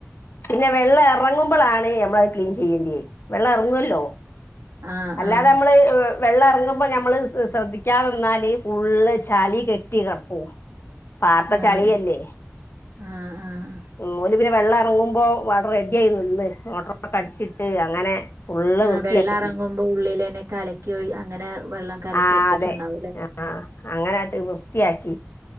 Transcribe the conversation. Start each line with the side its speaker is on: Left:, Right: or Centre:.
Left: പിന്നെ വെള്ളം എറങ്ങുമ്പളാണ് ഞമ്മളത് ക്ലീൻ ചെയ്യേണ്ട്യേ വെള്ളം എർങ്ങോല്ലോ
Right: ആഹ്
Left: അല്ലാതെ
Right: ആഹ്
Left: നമ്മള് വെള്ളർങ്ങുമ്പോ ഞമ്മള് ശ്രദ്ധിക്കാതെന്നാല് ഫുള്ള് ചളി കെട്ടി കെടക്കും പാട്ത്ത
Right: ആഹ്
Left: ചളിയല്ലേ
Right: ആഹ് ആഹ്
Left: ഓല് പിന്നെ വെള്ളം എറങ്ങുമ്പോ റെഡി ആയിന്ന് മോട്ടോറൊക്കെ അടിച്ചിട്ട് അങ്ങനെ ഫുള്ള്
Right: ആഹ്
Left: വൃത്തിയാക്കി
Right: വെള്ളം എറങ്ങുമ്പോ ഉള്ളിലന്നെ കലക്കിഒഴി അങ്ങനെ വെള്ളം കലക്കി
Left: ആഹ്
Right: എടുത്തിട്ടുണ്ടാവൂല്ലേ
Left: അതെ ആഹ് ആഹ് അങ്ങനാട്ട് വൃത്തിയാക്കി.